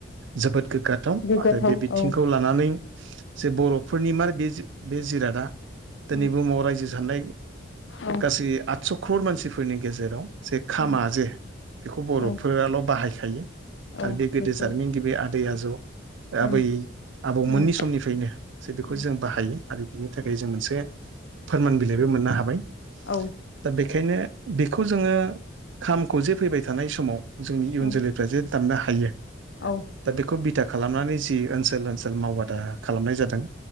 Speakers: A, on the right; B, on the left.
A: जोबोद गोग्गाथाव
B: गोग्गाथाव
A: आरो बे बिथिंखौ
B: औ
A: लानानै जे बर'फोरनिमार बे जि बे जिरादा। दिनै
B: उम
A: बुहुमाव रायजो जानाय
B: औ
A: गासै आदस' क्रर मानसिफोरनि गेजेराव जे खामा
B: उम
A: जे बेखौ बर'फोराल'
B: औ
A: बाहायखायो
B: औ। बेखौ
A: जारिमिन गिबि आदैया
B: उम
A: आबै आबौमोननि
B: उम
A: समनिफ्रायनो जे बेखौ
B: उम
A: जों बाहायो आरो बिनि थाखाय
B: उम
A: जों मोनसे फोरमान बिलाइबो मोननो हाबाय।
B: औ।
A: दा बेखायनो बेखौ जोंङो खामखौ जे फैबाय थानाय समाव जोंनि इयुन
B: उम
A: जोलैफ्रा जे दामनो हायो
B: औ
A: दा बेखौ बिथा खालामनानै जि ओनसोल ओनसोल मावबादा खालामनाय जादों
B: उम